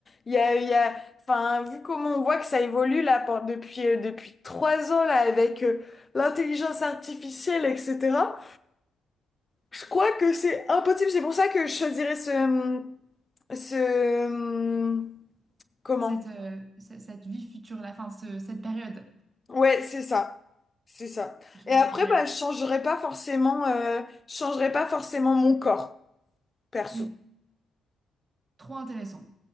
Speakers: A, on the left; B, on the right.
A: Il y a, il y a, enfin, vu comment on voit que ça évolue là pour- depuis, euh, depuis trois ans là avec euh, l'intelligence artificielle, etc. Je crois que c'est impossible. C'est pour ça que je choisirais ce, ce Comment?
B: Cette, euh, ce- cette vie future là, enfin ce- cette période.
A: Ouais, c'est ça. C'est ça.
B: Gé-
A: Et après,
B: Génial.
A: bah, je changerai pas forcément, euh, je changerai pas forcément mon corps, perso.
B: Mm. Trop intéressant.